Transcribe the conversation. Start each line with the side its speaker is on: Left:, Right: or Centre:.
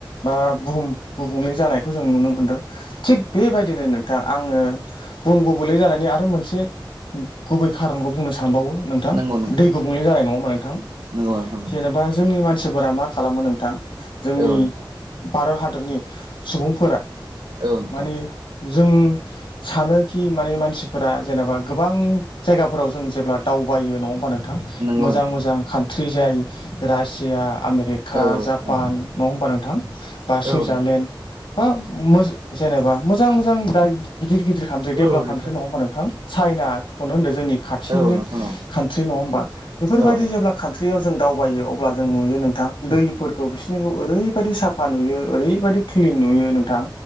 Left: बा बुहुम गुबुंले जानायखौ जों नुनो मोनदों थिग बेबायदिनो नोंथां आङो बुहुम गुबुंले जानाय आरो मोनसे गुबै खारनखौ बुंनो सान सांनबावो नोंथां
Right: नंगौ नोंथां
Left: दै गुबुंले जानाय नङा होनबा नोंथां
Right: नंगौ नोंथां नंगौ
Left: जेनेबा जोंनि मानसि सुबुंफोरा मा खालामो नोंथां जोंनि
Right: औ नोंथां
Left: भारत हादरनि सुबुंफोरा
Right: औ नोंथां
Left: माने जों सानोखि माने मानसि फोरा जेनेबा गोबां जायगाफोराव जों जेब्ला दावबायो नङा होनबा नोंथां
Right: नंगौ
Left: मोजां
Right: नोंथां
Left: मोजां खान थ्रिजाय रासिया आमेरिका
Right: औ
Left: जापान
Right: नोंथां
Left: नङा होमबा नोंथां बा
Right: औ
Left: सुइजारलेण्ड
Right: नोंथां
Left: बा मोजां जेनेबा मोजां मोजां दाय गिदिर गिदिर कान्ट्रि दडेभलप
Right: औ
Left: कान्ट्रि
Right: नोंथां
Left: नङा नोंथां चाइनाखौनो होनदो जोंनि खाथिनिनो
Right: औ नोंथां औ
Left: कान्ट्रि नङा होमबा बेफोरबायदि
Right: औ नोंथां
Left: जेब्ला खान्ट्रियाव जों दावबायो अब्ला जों नुयो नोंथां दैफोरखौ बिसोरनिखौ ओरैबायदि साफा नुयो ओरै बायदि क्लिन नुयो नोंथां